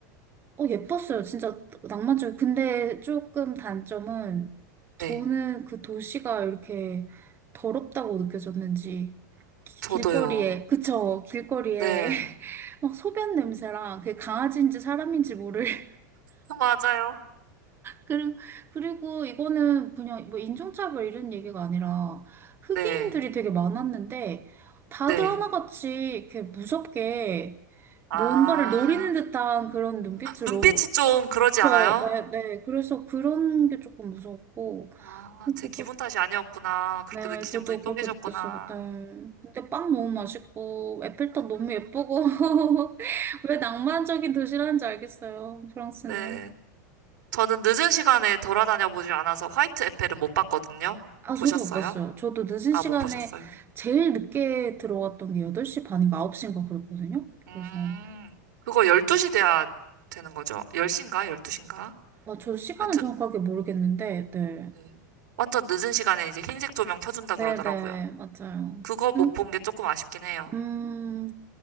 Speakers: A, on the right; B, on the right.
A: 어, 예뻤어요. 진짜 낭만적이고. 근데 조금 단점은 저는
B: 네.
A: 그 도시가 이렇게 더럽다고 느껴졌는지, 기-
B: 저도요.
A: 길거리에, 그쵸, 길거리에
B: 네.
A: <laughs> 막 소변 냄새랑 그게 강아지인지 사람인지 모를. <laughs>
B: <laughs> 맞아요.
A: 그리고, 그리고 이거는 그냥 뭐 인종차별 이런 얘기가 아니라 흑인들이
B: 네.
A: 되게 많았는데, 다들
B: 네.
A: 하나같이 이렇게 무섭게
B: 아,
A: 뭔가를 노리는 듯한 그런 눈빛으로.
B: 눈빛이 좀 그러지
A: 저,
B: 않아요?
A: 네, 네. 그래서 그런 게 조금 무서웠고.
B: 아, 제
A: 그거-
B: 기분 탓이 아니었구나. 그렇게
A: 네,
B: 느끼신
A: 저도
B: 분이
A: 그렇게
B: 또 계셨구나.
A: 느꼈어요. 네. 근데 빵 너무 맛있고, 에펠탑 너무 예쁘고. <laughs> 왜 낭만적인 도시라는지 알겠어요, 프랑스는.
B: 네. 저는 늦은 시간에 돌아다녀 보질 않아서 화이트 에펠은 못 봤거든요.
A: 아,
B: 보셨어요?
A: 저도 못 봤어요. 저도 늦은
B: 아,
A: 시간에
B: 못 보셨어요?
A: 제일 늦게 들어갔던 게 8시 반인가 9시인가 그랬거든요.
B: 음,
A: 그래서,
B: 그거 12시 돼야 되는 거죠? 10시인가? 12시인가?
A: 아, 저도 시간은
B: 하여튼,
A: 정확하게 모르겠는데, 네.
B: 네. 완전 늦은 시간에 이제 흰색 조명 켜준다
A: 네네,
B: 그러더라고요.
A: 맞아요.
B: 그거 못
A: 음.
B: 본 게 조금 아쉽긴 해요.
A: 음,